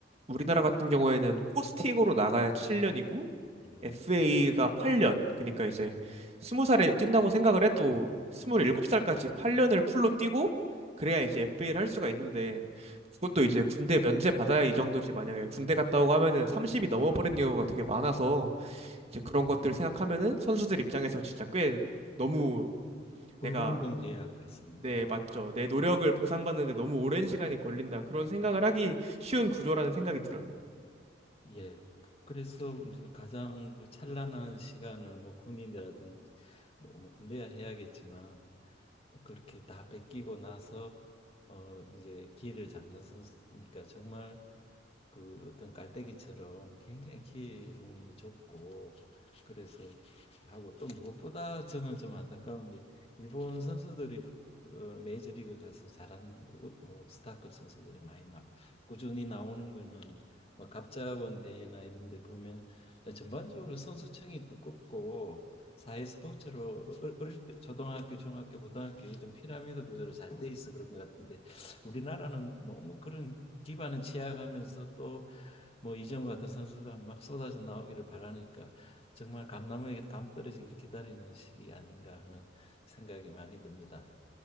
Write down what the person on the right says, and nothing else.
우리나라 같은 경우에는 포스팅으로 나가야 7년이고
FA가 8년. 그러니까 이제 스무살에 뛴다고 생각을 해도 스물일곱 살까지 8년을 풀로 뛰고 그래야 이제 FA를 할 수가 있는데 그것도 이제 군대 면제 받아야 이 정도지 만약에 군대 갔다 오고 하면은 30이 넘어버린 경우가 되게 많아서 이제 그런 것들 생각하면은 선수들 입장에서 진짜 꽤 너무
내가
네, 맞죠. 내 노력을 보상받는데 너무 오랜 시간이 걸린다. 그런 생각을 하기 쉬운 구조라는 생각이 들어요.